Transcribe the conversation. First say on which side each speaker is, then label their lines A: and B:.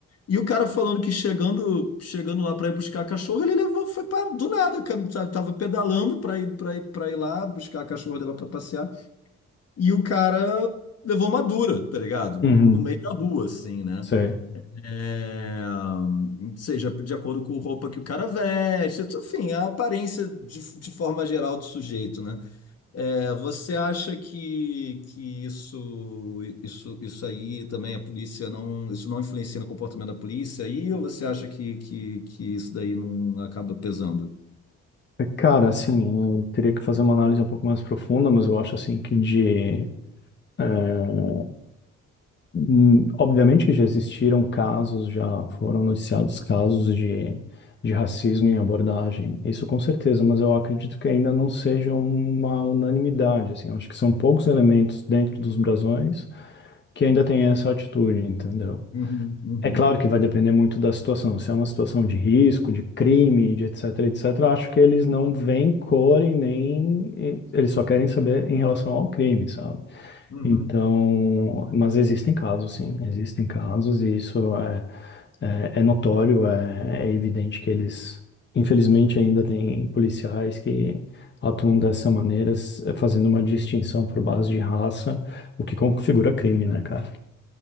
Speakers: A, on the left; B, on the left.
A: E o cara falando que chegando, chegando lá para ir buscar a cachorra, ele levou, foi para do nada, cara, sabe? Tava pedalando para ir, para ir, para ir lá buscar a cachorra dela para passear. E o cara levou uma dura, tá ligado?
B: Uhum,
A: No meio da rua, assim, né?
B: sei.
A: É, seja de acordo com a roupa que o cara veste, enfim, a aparência de, de forma geral do sujeito, né? É, você acha que, que isso, isso, isso aí também a polícia não, isso não influencia no comportamento da polícia aí, ou você acha que, que, que isso daí não acaba pesando?
B: É, Cara, assim, eu teria que fazer uma análise um pouco mais profunda, mas eu acho assim que de... eh, hum, obviamente que já existiram casos, já foram noticiados casos de, de racismo em abordagem. Isso com certeza, mas eu acredito que ainda não seja uma unanimidade, assim. Eu acho que são poucos elementos dentro dos brasões que ainda têm essa atitude, entendeu?
A: Uhum, uhum,
B: É claro que vai depender muito da situação. Se é uma situação de risco, de crime, de etc, etc, acho que eles não veem cor e nem eles só querem saber em relação ao crime, sabe?
A: uhum,
B: Então, mas existem casos, sim, existem casos e isso é, é, é notório, é, é evidente que eles, infelizmente, ainda tem policiais que atuam dessa maneira, s- fazendo uma distinção por base de raça, o que configura crime, né, cara?